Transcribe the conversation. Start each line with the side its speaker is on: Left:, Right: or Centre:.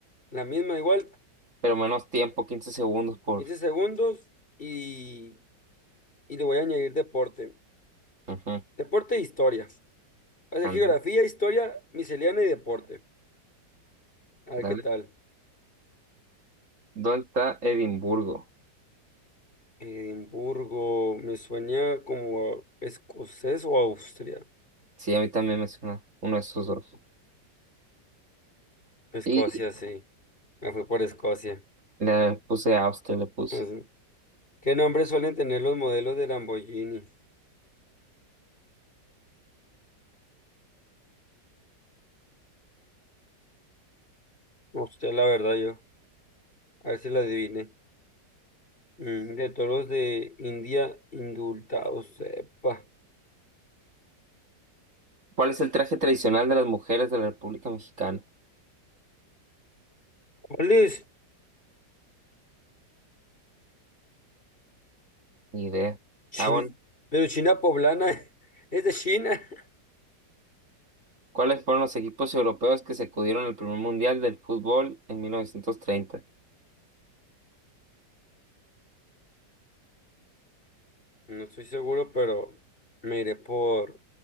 Left: la misma igual,
Right: Pero menos tiempo, 15 segundos por...
Left: 15 segundos y, y le voy a añadir deporte.
Right: Ujú.
Left: Deporte e historia. Va a ser
Right: Ándale,
Left: geografía, historia, miscelánea y deporte. A ver
Right: dale.
Left: qué tal.
Right: ¿Dónde está Edimburgo?
Left: Edimburgo, me suena como escocés o Austria.
Right: Sí, a mí también me suena uno de esos dos.
Left: Escocia,
Right: Y
Left: sí. Me fui por Escocia.
Right: le puse Austria, le puse.
Left: Pues, ¿Qué nombre suelen tener los modelos de Lamborghini? No sé, la verdad yo. A ver si la adivine. Mm, de toros de India indultados, sepa.
Right: ¿Cuál es el traje tradicional de las mujeres de la República Mexicana?
Left: ¿Cuál es?
Right: Ni idea.
Left: China,
Right: Ah, bueno.
Left: pero China poblana <laughs> es de China.
Right: ¿Cuáles fueron los equipos europeos que sacudieron el primer mundial del fútbol en 1930?
Left: No estoy seguro, pero me iré por